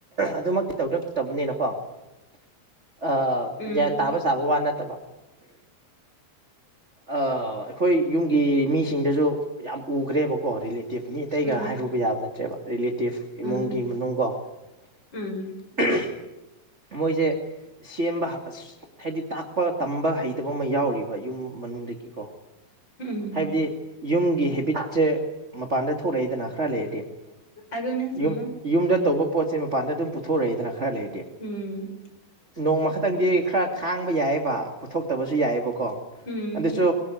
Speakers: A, on the right; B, on the left.
A: ꯑꯗꯨꯃꯛꯇꯤ ꯇꯧꯔꯛꯇꯕꯅꯤꯅꯀꯣ ꯑ
B: ꯎꯝ
A: ꯒ꯭ꯌꯥꯟ ꯇꯥꯕ ꯁꯥꯥꯕ ꯋꯥ ꯅꯠꯇꯕ ꯑꯝ ꯑ ꯑꯩꯈꯣꯏ ꯌꯨꯝꯒꯤ ꯃꯤꯁꯤꯡꯗꯁꯨ ꯌꯥꯝ ꯎꯈ꯭ꯔꯦꯕꯀꯣ ꯔꯤꯂꯦꯇꯤꯚ ꯃꯤ ꯑꯇꯩꯒ
B: ꯎꯝ
A: ꯍꯥꯏꯔꯨꯕ ꯌꯥꯕ ꯅꯠꯇ꯭ꯔꯦꯕ ꯔꯤꯂꯤꯠ ꯏꯃꯨꯡꯒꯤ
B: ꯎꯝ
A: ꯃꯅꯨꯡꯀꯣ
B: ꯎꯝ
A: <unintelligible> ꯃꯣꯏꯁꯦ ꯁꯦꯝꯕ ꯑꯁ ꯍꯥꯏꯗꯤ ꯇꯥꯛꯄ ꯇꯝꯕ ꯍꯩꯇꯕ ꯑꯃ ꯌꯥꯎꯔꯤꯕ ꯌꯨꯝ ꯃꯅꯨꯡꯗꯒꯤꯀꯣ
B: ꯎꯝ
A: ꯍꯥꯏꯕꯗꯤ ꯌꯨꯝꯒꯤ ꯍꯦꯕꯤꯠꯁꯦ ꯃꯄꯥꯟꯗ ꯊꯣꯛꯂꯛꯏꯗꯅ ꯈꯔ ꯂꯩꯔꯗꯤ
B: ꯑꯗꯨꯅꯦ
A: ꯌꯨꯝ
B: ꯆꯨꯝꯃꯦ
A: ꯌꯨꯝꯗ ꯇꯧꯕ ꯄꯣꯠꯁꯦ ꯃꯄꯥꯟꯗ ꯑꯗꯨꯝ ꯄꯨꯊꯣꯔꯛꯏꯗꯅ ꯈꯔ ꯂꯩꯔꯗꯤ
B: ꯎꯝ
A: ꯅꯣꯡꯃ ꯈꯠꯇꯪꯗꯤ ꯈꯔ ꯈꯥꯡꯕ ꯌꯥꯏꯑꯕ ꯄꯨꯊꯣꯛꯇꯕꯁꯨ ꯌꯥꯏꯑꯕꯀꯣ
B: ꯎꯝ
A: ꯑꯗꯨꯁꯨ